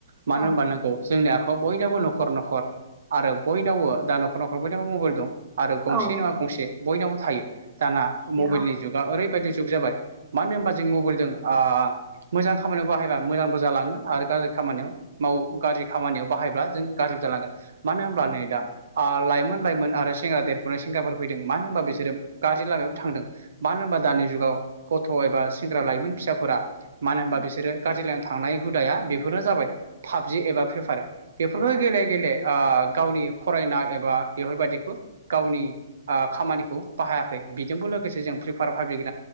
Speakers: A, on the right; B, on the right.
A: मानो
B: औ
A: होनबा नोंगौ जोंनि आखायाव बयनावबो न'खर-न'खर आरो बयनावबो दा न'खर-न'खर बयनावबो मबाइल दं। आरो गंसे
B: औ
A: नङा गंसे बयनावबो थायो दाना मबाइलनि
B: बियो
A: जुगा ओरैबायदि जुग जाबाय मानो होनबा जों मबाइलजों ओ मोजां खामानियाव बाहायबा मोजांबो जालाङो आरो गाज्रि खामानियाव माव गाज्रि खामानियाव बाहायबा जों गाज्रिबो जालांगोन मानो होनब्ला
B: औ
A: नै दा आ लाइमोन लाइमोन आरो सेंग्रा देरफुनाय सेंग्राफोर फैदों मानो होनबा बिसोरो गाज्रि लामायाव थांदों मानो होनबा दानि जुगाव गथ' एबा सेंग्रा लाइमोन फिसाफोरा मानो होनबा
B: औ
A: बिसोरो गाज्रि लाइनआव थांनाय हुदाया बेफोरनो जाबाय पाबजि एबा फ्रि फाइर बेफोरखौनो
B: नोंथां जोङो
A: गेले गेले आ गावनि फरायनाय एबा बेफोरबायदिखौ गावनि ओ खामानिखौ बाहायाखै बिजोंबो लोगोसे जों फ्रि फाइर पाबजि